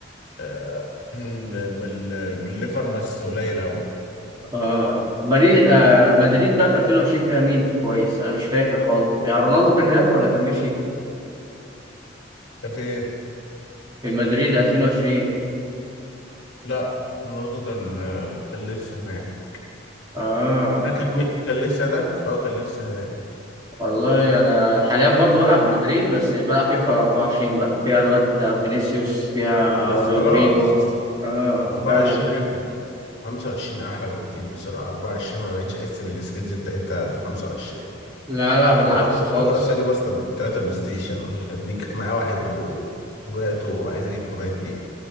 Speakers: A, on the left; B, on the right.
A: آه، <clears throat> بال... بالليفر بس قليل قوي
B: اه مدريد آه مدريد بقى في 2020 فيها مين كويس انا مش فاكر خالص يعني رونالدو كان هناك ولا كان مشي
A: ده فين
B: في مدريد 2020
A: لا برضه كان آه، كان لسه هناك
B: اه
A: لا، كان م- كان لسه هناك اه كان لسه هناك
B: والله انا حاليا برضو بلعب مدريد بس بلعب فيفا 24 بقى فيها الواد فينيسيوس فيها
A: بس
B: رودريجو
A: خلاص
B: اه
A: 24
B: فال
A: رخم 25 احلى بكتير بسرعه 24 ما بقتش احس بالسكيلز بتاعتها قد 25
B: لا لا بالعكس
A: والله كنت
B: خالص
A: بفكر اصلا اجيب اصلا ثلاثه بلاي ستيشن ولا اتنين كان معايا واحد و- وبعته وعايز اجيب كمان اتنين